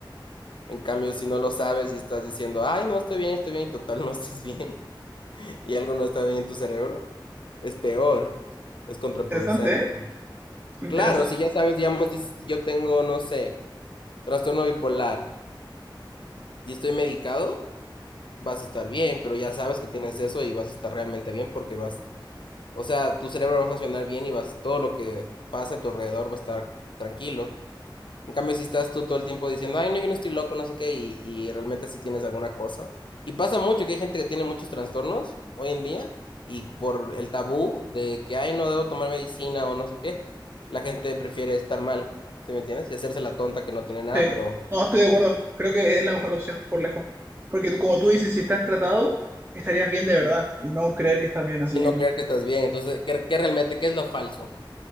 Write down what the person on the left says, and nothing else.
En cambio, si no lo sabes y estás diciendo, ay, no, estoy bien, estoy bien, y total, <laughs> no estás bien, <laughs> y algo no está bien en tu cerebro, es peor, es contraproducente.
Claro, si ya sabes, digamos, dices, yo tengo, no sé, trastorno bipolar y estoy medicado, vas a estar bien, pero ya sabes que tienes eso y vas a estar realmente bien porque vas O sea, tu cerebro va a funcionar bien y vas, todo lo que pase a tu alrededor va a estar tranquilo. En cambio, si estás tú todo el tiempo diciendo, ay, no, yo no estoy loco, no sé qué, y, y realmente sí tienes alguna cosa. Y pasa mucho que hay gente que tiene muchos trastornos hoy en día y por el tabú de que, ay, no debo tomar medicina o no sé qué, la gente prefiere estar mal, ¿sí me entiendes? Y hacerse la tonta que no tiene nada,
pero
y
no
creer que estás bien. Entonces, ¿qué, qué realmente, qué es lo falso?